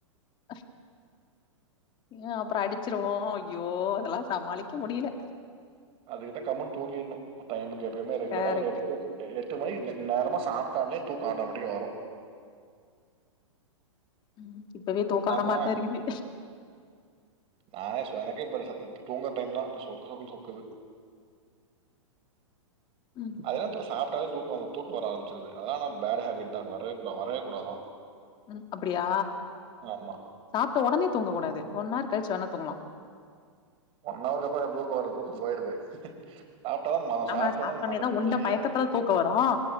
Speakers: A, on the left (about 30°); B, on the right (about 35°).
A: அ ஏ அப்றோ அடிச்சிருவோ ஐயோ அதெல்லா சமாளிக்க முடியல
B: அதுக்குதா கம்மினு தூங்கிரணு டைமுக்கு எப்பயுமே ரெகுலரா
A: கரெக்ட்
B: ஒரு எட்டு எட் எட்டு மணிக் தன்நேரமா சாப்ட்டாலே தூக்கோ ஆட்டோமெடிக்கா வரு
A: உம் இப்பவே தூக்காற
B: நாம
A: மாரிதா இருக்குது
B: நானே சொன்னேன் ப்ப போங்கற டைம் தான் அ சொக்கு சொக்குன்னு சொக்குது
A: ம்
B: அது தான் சாப்பிட்டாவே தூக்கம் வருது தூக்க வரம்பிச்சிருது அதனால ஒரு பேட் ஹபிட் தான் வருது வரையக் கூடாதான்
A: உம் அப்படியா
B: ஆமா
A: சாப்பிட்ட உடனே தூங்கக்கூடாது ஒன்னார் கழிச்சு வேணா தூங்கலாம்
B: ஒன் ஹவருக்கு அப்பறம் தூக்கம் வரது தூக்கம் போயிடுது சாப்பிட்டா தான் மதம்
A: ஆமா
B: சாப்பிட்டோன்னே
A: சாப்பிட்டானேதான்
B: அந்த மதக்கத்துலயே
A: உண்ட மயக்கத்துல தூக்கம் வரும்